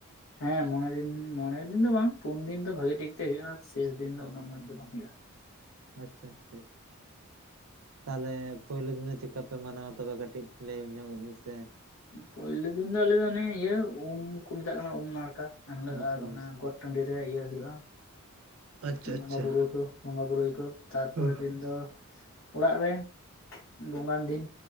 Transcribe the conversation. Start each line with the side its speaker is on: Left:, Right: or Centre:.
Left: ᱦᱮᱸ ᱢᱚᱬᱮ ᱫᱤᱱ ᱢᱚᱬᱮ ᱫᱤᱱ ᱫᱚ ᱵᱟᱝ ᱯᱩᱱ ᱫᱤᱱ ᱫᱚ ᱵᱷᱟ. ᱜᱤ ᱴᱷᱤᱠ ᱛᱮ ᱦᱩᱭᱩᱜᱼᱟ ᱟᱨ ᱥᱮᱥ ᱫᱤᱱ
Right: ᱚ
Left: ᱫᱚ ᱩᱱᱟᱹᱜ ᱢᱚᱸᱡᱽ ᱫᱚ ᱵᱟᱝ ᱦᱩᱭᱩᱼᱟ᱾
Right: ᱟᱪᱪᱷᱟ ᱟᱪᱪᱷᱟ ᱟᱪᱪᱷᱟ᱾ ᱛᱟᱦᱚᱞᱮ ᱯᱩᱭᱞᱩ ᱫᱤᱱ ᱫᱚ ᱪᱤᱠᱟ ᱯᱮ ᱢᱟᱱᱟᱣᱟ ᱛᱚᱵᱮ ᱠᱟᱹᱴᱤᱡ ᱞᱟᱹᱭ ᱧᱚᱜ ᱢᱮᱥᱮ᱾
Left: ᱯᱩᱭᱞᱩ ᱫᱤᱱ ᱫᱚ ᱟᱞᱮ ᱫᱚ ᱚᱱᱮ ᱤᱭᱟᱹ ᱩᱢ ᱠᱚ ᱢᱮᱛᱟᱜ ᱠᱟᱱᱟ ᱩᱢ ᱱᱟᱲᱠᱟ᱾ ᱮᱱ ᱦᱤᱞᱟᱹᱜ
Right: ᱦᱩᱸ ᱦᱩᱸ
Left: ᱟᱨ ᱚᱱᱟ ᱜᱚᱴ ᱴᱟᱺᱰᱤ ᱨᱮ ᱤᱭᱟᱹ ᱦᱩᱭᱩᱜᱼᱟ᱾
Right: ᱟᱪᱪᱷᱟ
Left: ᱵᱚᱸᱜᱟ
Right: ᱟᱪᱪᱷᱟ
Left: ᱵᱩᱨᱩᱭ ᱠᱩ ᱵᱚᱸᱜᱟ ᱵᱩᱨᱩᱭᱟᱠᱚ ᱛᱟᱨᱯᱚᱨᱮ
Right: ᱚ
Left: ᱫᱤᱱ ᱫᱚ ᱚᱲᱟᱜ ᱨᱮ ᱵᱚᱸᱜᱟᱱ ᱫᱤᱱ